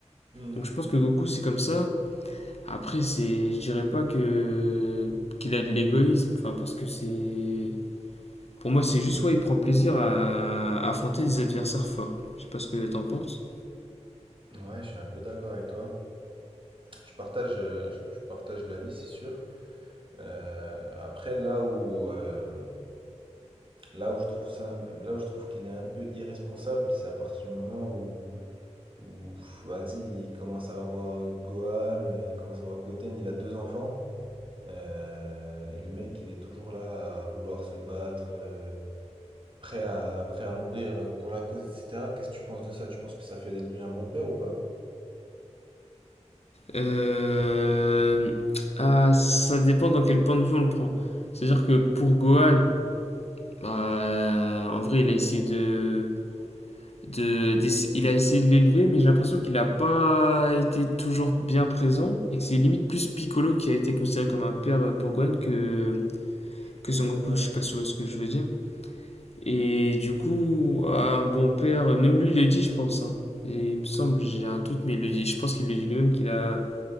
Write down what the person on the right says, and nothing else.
Mhm.
Ouais, je suis un peu d'accord avec toi. Je partage, euh, je, je partage l'avis, c'est sûr. Euh, après, là où, euh, là où je trouve ça, là où je trouve qu'il est un peu irresponsable, c'est à partir du moment où Ouf, vas-y, il commence à avoir euh, Gohan, euh, il commence à avoir Goten, il a deux enfants. Euh, et le mec, il est toujours là à vouloir se battre, euh, prêt à, prêt à mourir euh, pour la cause, etc. Qu'est-ce que tu penses de ça? Tu penses que ça fait de lui un bon père ou pas?
Mhm. Je suis tout
à fait
d'accord avec
toi.